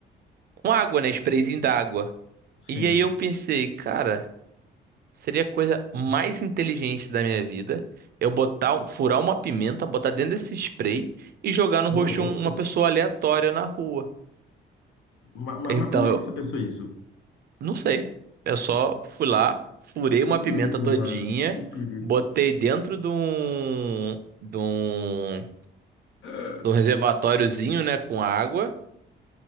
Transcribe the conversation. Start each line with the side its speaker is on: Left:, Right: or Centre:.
Right: com água, né? Sprayzinho d'água.
Left: Sim.
Right: E aí eu pensei, cara, seria a coisa mais inteligente da minha vida eu botar, um- furar uma pimenta, botar dentro desse spray e jogar no rosto
Left: Ô, louco.
Right: de um- uma pessoa aleatória na rua.
Left: Mas,
Right: Então
Left: mas, por que
Right: eu
Left: que você pensou isso?
Right: não sei. Eu só fui lá, furei
Left: Que
Right: uma
Left: perigo,
Right: pimenta todinha,
Left: mano. Que perigo.
Right: botei dentro de um, de um, de
Left: <laughs>
Right: um reservatóriozinho, né, com água.